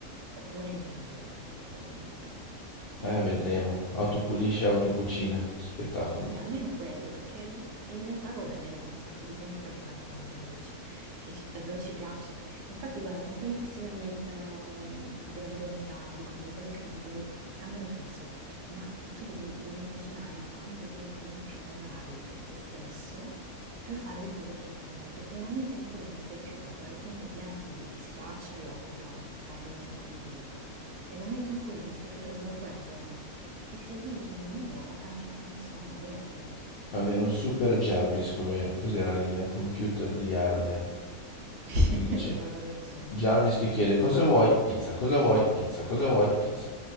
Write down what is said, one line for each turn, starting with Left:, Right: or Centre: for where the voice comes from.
Right: quello davvero cambierebbe la mia vita.
Left: Eh, vedremo. Autopulisce, autocucina. Spettacolo.
Right: Sì, almeno quello, perché in realtà guadagneremo un sacco di tempo per fare le cose che davvero ci, che ci- davvero ci piacciono. Infatti, guarda, con quelli che si lamentano mh, della modernità, di come le cose cambio- cambiano, penso, ma tu devi, devi immaginare a quanto tempo in più avrai per te stesso per fare le cose che ami, perché nel momento in cui non sei più, guarda, la routine quotidiana ti, ti schiaccia e occupa un, porta via un sacco di tempo. Nel momento in cui non sei più preso da quello, ti siedi, leggi un libro o canti una canzone, vuoi mettere?
Left: Avere un super Jarvis come cos'era il computer di Iron Man
Right: <laughs>
Left: che ti dice
Right: Qualcosa del genere.
Left: Jarvis che chiede cosa vuoi? Pizza, cosa vuoi? Pizza, cosa vuoi? Pizza.